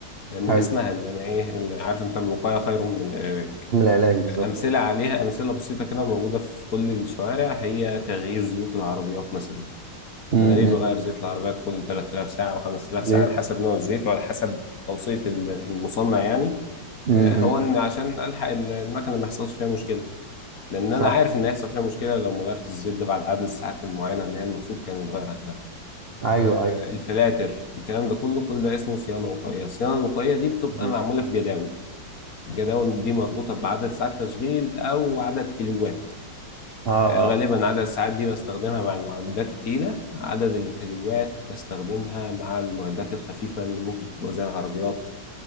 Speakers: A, on the left (about 55°); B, on the right (about 45°).
A: آه، من
B: حلو
A: اسمها ان انا ايه اللي عارف انت الوقايه خير من العلاج
B: من العلاج بالظبط
A: آه، امثله عليها امثله بسيطه كده موجوده في كل الشوارع هي تغيير زيوت العربيات مثلا
B: امم
A: انا ليه بغير زيت العربيات كل 3000 ساعه و5000
B: ليه
A: ساعه على حسب نوع الزيت وعلى حسب توصيه المصنع يعني
B: امم
A: آه، هو ان عشان الحق المكنه ما يحصلش فيها مشكله لان
B: صح
A: انا عارف ان هيحصل فيها مشكله لو ما غيرت الزيت ده بعد عدد الساعات المعينه اللي هي المفروض كان يتغير عندها
B: ايوه
A: آه،
B: ايوه
A: الفلاتر الكلام ده كله كل ده اسمه صيانه وقائيه الصيانه الوقائيه دي بتبقى
B: امم
A: معموله في جداول الجداول دي مربوطه بعدد ساعات تشغيل او عدد كيلوات
B: اه اه
A: آه، غالبا عدد الساعات دي بستخدمها مع المعدات التقيله عدد الكيلوات بستخدمها مع المعدات الخفيفه اللي ممكن تبقى زي العربيات